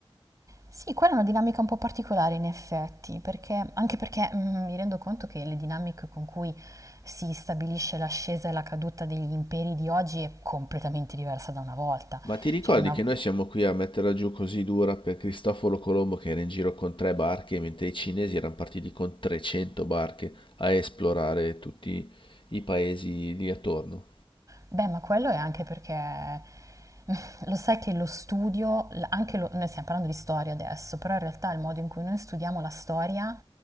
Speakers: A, on the right; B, on the left.
A: Sì, quella è una dinamica un po' particolare in effetti, perché, anche perché mm, mi rendo conto che le dinamiche con cui si stabilisce l'ascesa e la caduta degli imperi di oggi è completamente diversa da una volta.
B: Ma ti ricordi
A: Cioè, una-
B: che noi siamo qui a metterla giù così dura per Cristoforo Colombo che era in giro con tre barche, mentre i cinesi erano partiti con 300 barche a esplorare tutti i paesi lì attorno?
A: Beh, ma quello è anche perché <laughs> lo sai che lo studio, l- anche lo- noi stiamo parlando di storia adesso, però in realtà il modo in cui noi studiamo la storia